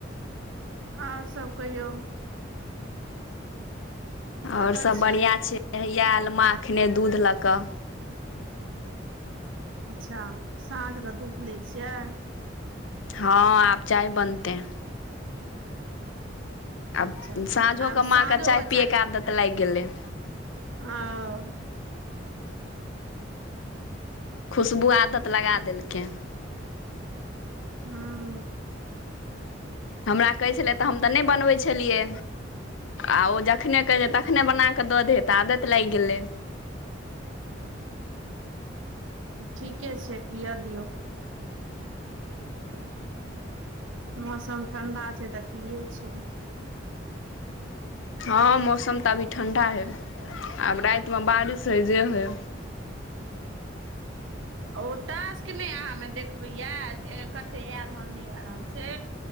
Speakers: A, on the right; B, on the left.
A: आओर सब कहियौ। कतऽ
B: आओर सभ
A: छियै
B: बढ़िआँ छै। हेहिया आयल मां एखने दूध लऽ कऽ।
A: अच्छा साँझमे दूध लै छियै।
B: हँ आब चाय बनतै। आब
A: अच्छा
B: साँझोक
A: आब
B: माँके
A: साँझो
B: चाय
A: कऽ
B: पियएके आदत लागि गेलै।
A: आऔ
B: खुशबू आदत लगा देलकै।
A: हुँ
B: हमरा कहै छलै तऽ हम तऽ नहि बनबैत छलियै। आ ओ जखने कहै छै तखने बना कऽ दऽ देत तऽ आदत लागि गेलै।
A: ठीके छै पिअ दियऔ। मौसम ठण्डा छै तऽ पिये छै
B: हँ मौसम तऽ अभी ठण्डा हइ आब राति मे बारिश हइ जे हइ
A: ओ तशक नहि अहाँ मे देखबैया जे कते आयल हन नहि आयल हन से